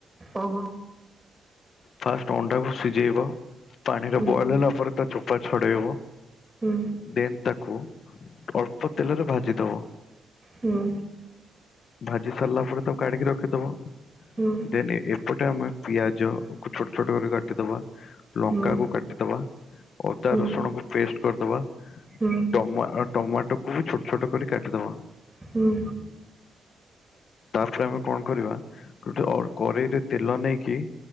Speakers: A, on the right; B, on the left.
A: ଓ ହଁ।
B: ଫାଷ୍ଟ ଅଣ୍ଡାକୁ ସିଜେଇବ ପାଣିରେ
A: ହଁ
B: ବଏଲ୍ ହେଲା ପରେ ତା ଚୋପା ଛଡେଇବ।
A: ହୁଁ।
B: ଦେନ୍ ତାକୁ ଅଳ୍ପ ତେଲରେ ଭାଜିଦବ।
A: ହଁ।
B: ଭାଜି ସାରିଲା ପରେ ତକୁ କାଢିକି ରଖିଦବ।
A: ହଁ।
B: ଦେନ୍ ଏ- ଏପଟେ ଆମେ ପିଆଜ କୁ ଛୋଟ ଛୋଟ କରି କାଟିଦବା। ଲଙ୍କା
A: ହୁଁ ହୁଁ
B: କୁ କାଟିଦବା, ଅଦା
A: ହୁଁ
B: ରସୁଣ କୁ ପେଷ୍ଟ କରିଦବା।
A: ହୁଁ
B: ଟମା- ଅ ଟମାଟୋ କୁ ଛୋଟ ଛୋଟ କରି କାଟିଦବା।
A: ହଁ।
B: ତାପରେ ଆମେ କଣ କରିବା ଗୋଟେ ଅ, କରେଇରେ ତେଲ ନେଇକି